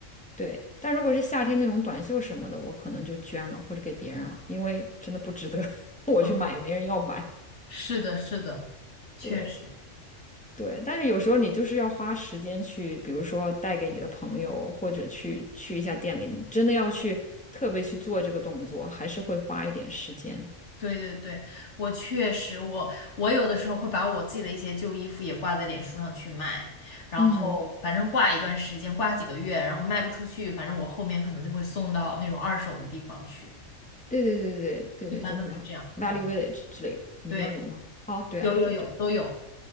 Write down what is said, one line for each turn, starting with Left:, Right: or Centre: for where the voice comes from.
Centre: 对。但如果是夏天那种短袖什么的，我可能就捐了或者给别人了，因为真的不值得 <laughs> 我去买，
Left: 哦，
Centre: 也没人要买。
Left: 是的，是的，确实，
Centre: 对对，但是有时候你就是要花时间去，比如说带给你的朋友，或者去去一下店里，你真的要去特别去做这个动作，还是会花一点时间。
Left: 对对对，我确实，我我有的时候会把我自己的一些旧衣服也挂在脸书上去卖，然后反正挂一段时间，
Centre: 嗯，
Left: 挂几个月，然后卖不出去，反正我后面可能就会送到那种二手的地方去，
Centre: 对对对对对对，
Left: 一般都是这样干。
Centre: 叫什么 Value Village 之类的，你们那儿有吗？
Left: 对，
Centre: 哦，对啊，
Left: 有有有，
Centre: 对对。
Left: 都有